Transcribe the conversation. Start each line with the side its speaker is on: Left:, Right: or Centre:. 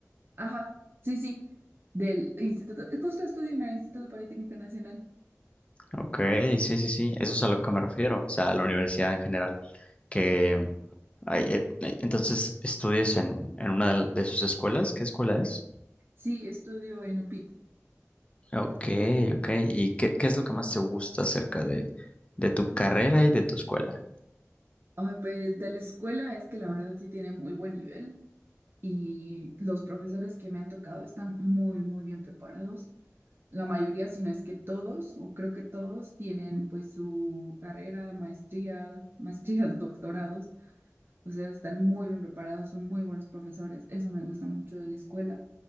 Right: Ajá, sí, sí, del instituto, justo estudio en el Instituto Politécnico Nacional.
Left: Ok, sí, sí, sí, eso es a lo que me refiero, o sea, a la universidad en general, que ay, eh, eh, entonces estudias en, en una de, de sus escuelas, ¿qué escuela es?
Right: Sí, estudio en UPIT.
Left: Ok, ok, ¿y qué, qué es lo que más te gusta acerca de, de tu carrera y de tu escuela?
Right: Ah, pues de la escuela es que la verdad sí tiene muy buen nivel y los profesores que me han tocado están muy, muy bien preparados. La mayoría, si no es que todos, o creo que todos, tienen pues su carrera, maestría, maestrías, <laughs> doctorados. O sea, están muy bien preparados, son muy buenos profesores. Eso me gusta mucho de la escuela